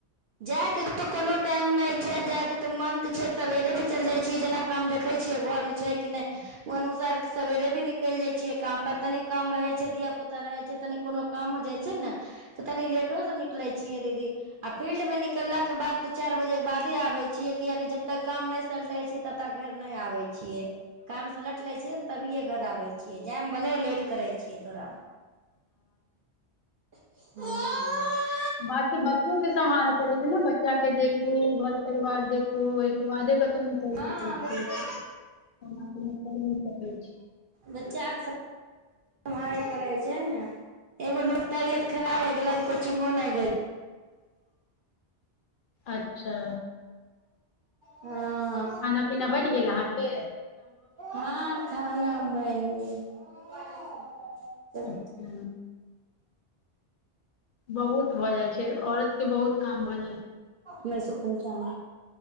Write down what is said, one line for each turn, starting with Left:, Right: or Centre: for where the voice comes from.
Right: जाएके तऽ कोनो टाइम नहि छै जाय के तऽ मन के छै सवेरे भी चल जाय छियै जेना काम देखे छियै घरमे छै कि नहि ओ अनुसार सवेरे भी निकल जाय छियै काम पर तनी काम रहे छै धिया पुता तऽ रहै छै तनि कोनो काम हो जाय छै न त' कनी लेटो स निकलै छियै दीदी आ फील्डमे निकल लाक बाद तो चार बजे के बादे आबे छिये किआ कि जबतक काम नै सलटे छीय तब तक घर नहि आबै छियै कामसँ लट लै छियै ने तभिए घर आबै छियै जायमे भले लेट करै छियै थोरा हुं
Left: बात छै बच्चो के सम्हारऽ पड़े छै ने बच्चा के देखू घर परिवार देखू ओहिके बादे क निकैल
Right: हँ
Left: सकै छी
Right: बच्चा
Left: ओना त' निकैल नै सकै छी क दै छै
Right: बच्चाक स सम्हारय पड़ै छै ने एगो नो तबियत खराब होइ गेल आज कोचिंगो नहि गइल'
Left: अच्छा
Right: हँ
Left: खाना पीना बनि गेल अहांके
Right: हँ खाना बनि गेल हमर
Left: अच्छा बहुत भऽ जाइ छै औरत के बहुत काम भऽ जाइ छै
Right: मेर सुपनचान